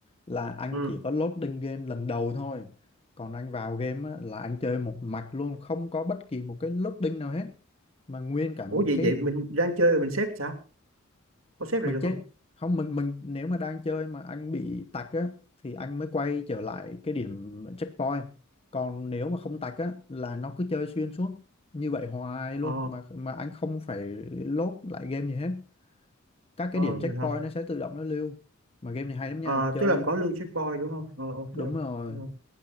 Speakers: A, on the left; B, on the right.
A: là anh
B: ừ.
A: chỉ có loading game lần đầu thôi còn anh vào game á là anh chơi một mạch luôn không có bất kỳ một cái loading nào hết mà nguyên cả một
B: Ủa vậy
A: cái
B: vậy mình đang chơi rồi mình xếp sao? Có xếp được
A: mình chết
B: không?
A: không mình mình nếu mà đang chơi mà anh bị tạch á thì anh mới quay trở lại cái điểm checkpoint còn nếu mà không tạch á là nó cứ chơi xuyên suốt như vậy hoài luôn
B: Ờ,
A: mà mà anh không phải load lại game gì hết các cái
B: ờ
A: điểm
B: vậy
A: checkpoint
B: hả?
A: nó sẽ tự động nó lưu mà game này hay lắm nha
B: Ờ,
A: chơi
B: tức là có lưu checkpoint đúng không? Ờ ok.
A: đúng rồi
B: Ờ,